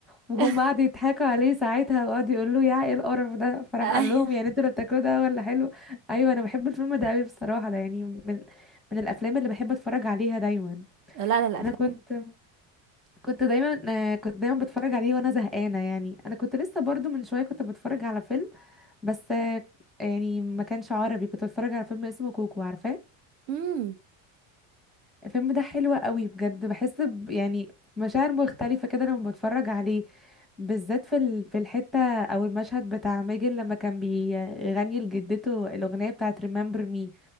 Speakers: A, in the centre; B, on the right.
A: وهم
B: <laughs>
A: قعدوا يضحكوا عليه ساعتها وقعدوا يقولوا له يا ايه القرف ده فراح
B: ايوه
A: قال لهم يعني انتوا اللي بتاكلوه ده ولا حلو ايوه انا بحب الفيلم ده قوي بصراحه ده يعني من من الافلام اللي بحب اتفرج عليها دايما
B: لا لا لا
A: انا
B: افلام
A: كنت كنت دايما آه، كنت دايما بتفرج عليه وانا زهقانه يعني انا كنت لسه برضو من شويه كنت بتفرج على فيلم بس آه، يعني ما كانش عربي كنت بتفرج على فيلم اسمه كوكو عارفاه
B: امم
A: الفيلم ده حلو قوي بجد بحس ب يعني مشاعر مختلفه كده لما بتفرج عليه بالذات في ال... في الحته او المشهد بتاع ماجد لما كان بيغني لجدته الاغنيه بتاعه Remember Me